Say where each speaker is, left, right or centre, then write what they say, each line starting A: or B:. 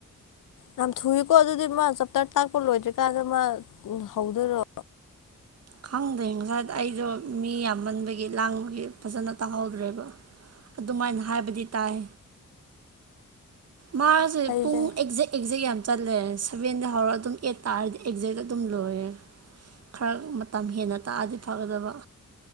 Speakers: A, on the left (about 75°); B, on the right (about 50°).
A: ꯌꯥꯝ ꯊꯨꯏꯀꯣ ꯑꯗꯨꯗꯤ ꯃꯥ ꯆꯞꯇꯥꯔ ꯇꯥꯛꯄ ꯂꯣꯏꯗ꯭ꯔꯤꯀꯥꯟꯗ ꯃꯥ ꯍꯧꯗꯣꯏꯔꯣ
B: ꯈꯪꯗꯦ ꯉꯁꯥꯏ ꯑꯩꯁꯨꯣ ꯃꯤ ꯌꯥꯝꯃꯟꯕꯒꯤ ꯂꯥꯡꯕꯒꯤ ꯐꯖꯅ ꯇꯥꯍꯧꯗ꯭ꯔꯦꯕ ꯑꯗꯨꯃꯥꯏꯅ ꯍꯥꯏꯕꯗꯤ ꯇꯥꯏ ꯃꯥꯦ
A: ꯑꯩꯁꯦ
B: ꯄꯨꯡ ꯑꯦꯛꯖ ꯑꯦꯛꯖꯦꯛ ꯌꯥꯝ ꯌꯥꯝ ꯆꯜꯂ ꯁꯚꯦꯟꯗ ꯍꯧꯔꯒ ꯑꯗꯨꯝ ꯑꯩꯠ ꯇꯥꯔꯗꯤ ꯑꯦꯛꯖꯦꯛ ꯑꯗꯨꯝ ꯂꯣꯏꯔꯦ ꯈꯔ ꯃꯇꯝ ꯍꯦꯟꯅ ꯇꯥꯛꯑꯗꯤ ꯐꯒꯗꯕ